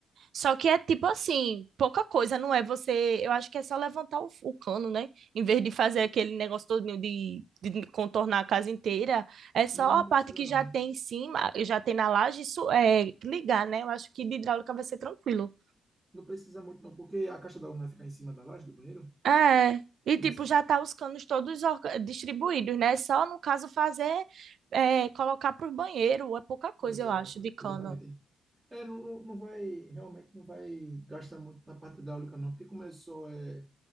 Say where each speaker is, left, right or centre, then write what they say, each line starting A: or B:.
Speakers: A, on the right; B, on the right.
A: Só que é tipo assim, pouca coisa, não é você. Eu acho que é só levantar o, o cano, né? Em vez de fazer aquele negócio todinho de, de contornar a casa inteira, é só
B: Não, não
A: a
B: precisa
A: parte que
B: não.
A: já tem em cima, já tem na laje, isso é ligar, né? Eu acho que de hidráulica vai ser tranquilo.
B: Não precisa muito não, porque a caixa d'água não vai ficar em cima da laje do banheiro,
A: É. E
B: entendeu?
A: tipo, já tá os canos todos orga- distribuídos, né? Só no caso fazer, é, colocar por banheiro, é pouca coisa,
B: Exato,
A: eu acho, de cano.
B: exatamente. É, não, não não vai, realmente não vai gastar muito na parte hidráulica, não, porque começou é,